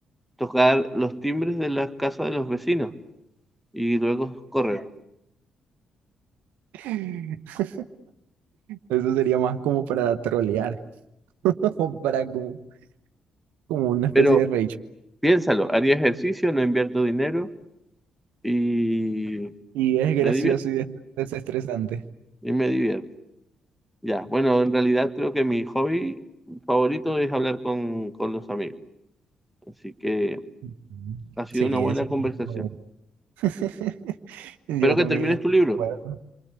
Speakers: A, in the centre; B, on the right (about 75°).
A: tocar los timbres de las casas de los vecinos y luego correr.
B: <laughs> Eso sería más como para trolear <laughs> o para como, como una especie
A: Pero
B: de rage.
A: piénsalo, haría ejercicio, no invierto dinero y
B: Y es gracioso
A: me divierto.
B: y des- desestresante.
A: Y me divierto. Ya, bueno, en realidad creo que mi hobby favorito es hablar con, con los amigos. Así que
B: Ujú.
A: ha sido
B: Sí,
A: una buena
B: eso.
A: conversación.
B: Bueno. <laughs> Yo
A: Espero
B: también.
A: que termines tu libro.
B: Bueno,